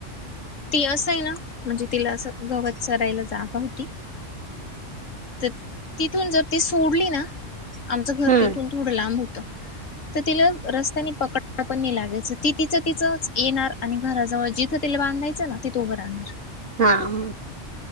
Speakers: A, on the left (about 85°); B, on the right (about 70°).
A: ती असंय ना. म्हणजे तिला असं गवत सरायला जागा होती तर तिथून जर. ती सोडली ना आमचं घर
B: हम्म
A: तिथून थोडं लांब होत. तर तिला रस्त्याने पकड पण नाही लागायचं ती तिचं तिचं. येणार आणि घराजवळ जिथं तिला बांधायचं ना तिथे उभं राहणार.
B: ''हां'' म.